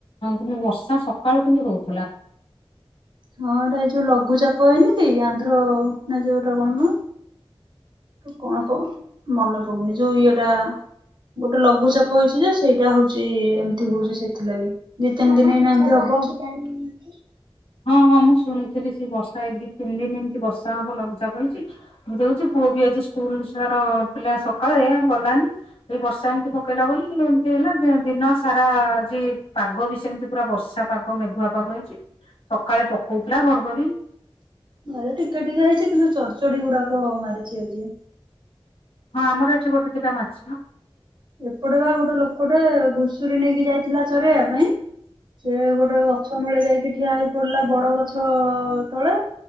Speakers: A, on the left (about 70°); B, on the right (about 50°).
A: କିନ୍ତୁ ବର୍ଷା ସକାଳୁ କିନ୍ତୁ ହଉଥିଲା।
B: ହଁ ଏଇଟା ଏଇ ଯୋଉ ଲଘୁଚାପ ଏଇନ କି ଆନ୍ଧ୍ର ନା ଯୋଉ ରଗଣମା କଣ ମନେ ପଡୁନି ଯୋଉ ଇଏଟା ଗୋଟେ ଲଘୁଚାପ ହେଇଛି ଯେ ସେଇଟା ହଉଛି ଏମତି ହଉଛି ସେଥିଲାଗି ଦି ତିନି ଦିନ ହେଇନା ଏମିତି ହବ।
A: ହଁ ହଁ ମୁଁ ଶୁଣିଥିଲି। ବର୍ଷା ଏ ବିି କଲେ କେମିତି ବର୍ଷା ହବ ଲଘୁଚାପ ହେଇଛି ଏମିତି ହଉଛି ପୁଅ ବି ଆଜି ସ୍କୁଲ ତାର ପିଲା ସକାଳେ ଗଲାନି ଏଇ ବର୍ଷା ଏମିତି ପକେଇଲା ବୋଲି ଏମିତି ହେଲା ଦିନ ସାରା ଆଜି ପାଗ ବି ସେମିତି ପୁରା ବର୍ଷା ପାଗ ମେଘୁଆ ପାଗ ହେଇଛି। ସକାଳେ ପକଉଥିଲା ଘଡଘଡି
B: ଆରେ ଟିକେ ଟିକେ ହେଇଛି କିନ୍ତୁ ଚଢଚଡି ଗୁଡାକ ମାରିଛି ଆଜି
A: ହଁ ଆମର ଏଠି ଗୋଟେ ଦିଟା ମାଛି ନା
B: ଏପଟେ ବା ଗୋଟେ ଲୋକଟେ ଘୁଷୁରୀ ନେଇକି ଯାଇଥିଲା ଚରେେଇବା ପାଇଁ ସେ ଗୋଟେ ଗଛ ମୂଳେ ଯାଇକିି ଠିଆ ହେଇ ପଡିଲା ବଡ ଗଛ ତଳେ